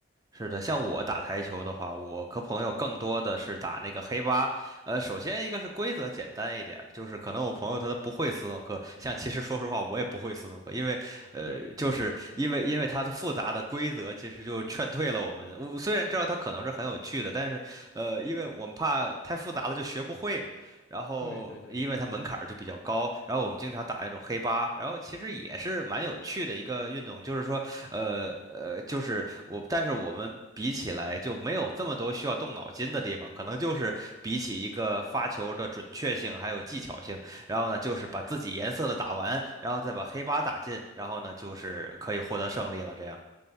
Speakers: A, on the right; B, on the left.
A: 是的，像我打台球的话，我和朋友更多的是打那个黑八。呃，首先一个是规则简单一点儿，就是可能我朋友他都不会斯诺克，像其实说实话我也不会斯诺克，因为呃，
B: 对对对
A: 就是因为因为它的复杂的规则，其实就劝退了我们。我虽然知道它可能是很有趣的，但是呃，因为我们怕太复杂了就学不会嘛。然后因为它门槛儿就比较高，
B: 对对
A: 然后我们经常打那种黑八，然后其实也是蛮有趣的一个运动，就是说，呃呃，就是我，但是我们比起来就没有这么多需要动脑筋的地方，可能就是比起一个发球的准确性还有技巧性，然后呢，就是把自己颜色的打完，然后再把黑八打进，然后呢，就是可以获得胜利了，这样。